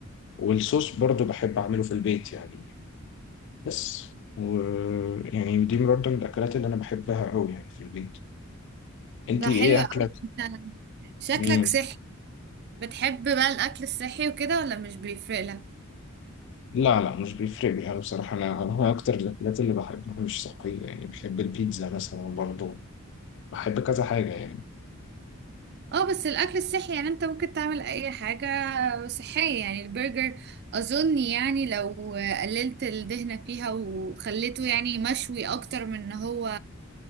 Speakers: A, on the left; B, on the right.
A: والصوص برضو بحب اعمله في البيت يعني بس ويعني دي برضو من الاكلات اللي انا بحبها قوي يعني في البيت انتي
B: ده حلو
A: ايه اكلك
B: قوي انت شكلك
A: مم.
B: صحي بتحب بقى الاكل الصحي وكده ولا مش بيفرق لك
A: لا لا مش بيفرق لي انا بصراحه انا هو اكتر الاكلات اللي بحبها مش صحيه يعني بحب البيتزا مثلا برضو بحب كذا حاجه يعني
B: اه بس الاكل الصحي يعني انت ممكن تعمل اي حاجة صحية يعني البرجر اظن يعني لو قللت الدهنة فيها وخليته يعني مشوي اكتر من ان هو